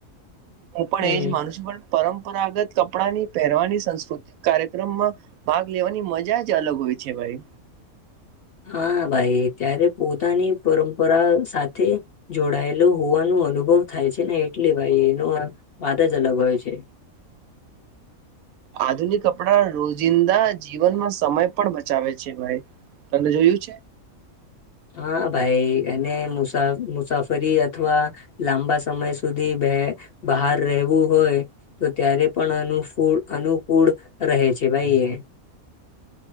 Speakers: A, on the right; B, on the left.
A: હું પણ
B: હમ
A: એજ માનું છું પણ પરંપરાગત કપડાની પહેરવાની સાસ્કૃતિક કાર્યક્રમમાં ભાગ લેવાની મજા જ અલગ હોય છે ભાઈ
B: હા ભાઈ ત્યારે પોતાની પરંપરા સાથે જોડાયેલો હોવાનું અનુભવ થાય છે ને એટલે ભાઈ એનો વાત જ અલગ હોય છે
A: આધુનિક કપડા રોજિંદા જીવનમાં સમય પણ બચાવે છે ભાઈ તને જોયું છે
B: હા ભાઈ એને મુસા મુસાફરી અથવા લાંબા સમય સુધી બહાર રહેવું હોય તો ત્યારે પણ અનૂ અનુકૂળ રહે છે કે ભાઈ એ